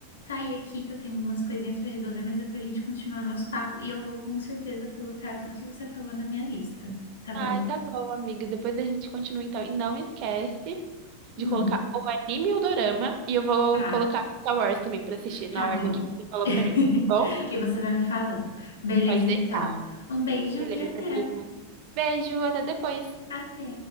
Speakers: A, on the left; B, on the right.
A: sair aqui que eu tenho umas coisinhas para resolver, mas depois a gente continua o nosso papo e eu vou com certeza colocar tudo que você falou na minha lista, tá
B: Ai,
A: bom?
B: tá bom, amiga. Depois a gente continua então. E não esquece de
A: Hum,
B: colocar o anime e o dorama. E eu vou
A: tá,
B: colocar Star Wars também pra assistir na
A: tá
B: ordem
A: bom.
B: que você falou
A: <laughs>
B: pra mim. Tá Bom?
A: E você vai me falando. Beleza,
B: Pode deixar.
A: então. Um beijo
B: Beleza,
A: e até.
B: amiga. Beijo, até depois.
A: Até.